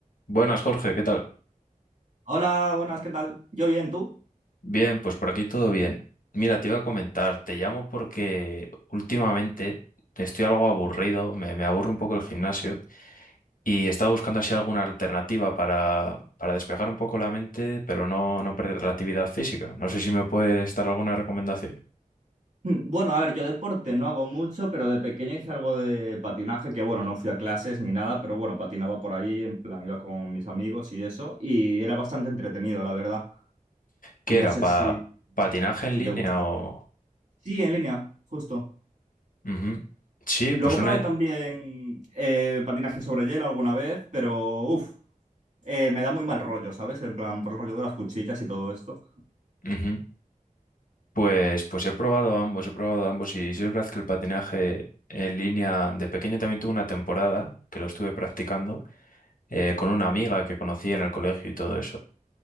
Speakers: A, on the left; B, on the right.
A: Buenas, Jorge, ¿qué tal?
B: Hola, buenas, ¿qué tal? Yo bien, ¿tú? <laughs>
A: Bien, pues por aquí todo bien. Mira, te iba a comentar, te llamo porque últimamente estoy algo aburrido, me, me aburre un poco el gimnasio y estaba buscando así alguna alternativa para, para despejar un poco la mente, pero no, no perder la actividad física. No sé si me puedes dar alguna recomendación.
B: Hmm, Bueno, a ver, yo deporte no hago mucho, pero de pequeño hice algo de patinaje, que bueno, no fui a clases ni nada, pero bueno, patinaba por ahí, en plan, iba con mis amigos y eso, y era bastante entretenido, la verdad.
A: ¿Qué era?
B: No sé
A: ¿Pa-
B: si,
A: patinaje en
B: si
A: línea
B: te gustaría.
A: o...?
B: Sí, en línea, justo.
A: Ujú. Sí,
B: Luego
A: pues una...
B: probé también eh, patinaje sobre hielo alguna vez, pero uff, me da muy mal rollo, ¿sabes? En plan, por el rollo de las cuchillas y todo esto.
A: ujú. Pues, pues he probado ambos, he probado ambos y sí es verdad que el patinaje en línea de pequeño también tuve una temporada que lo estuve practicando eh, con una amiga que conocí en el colegio y todo eso.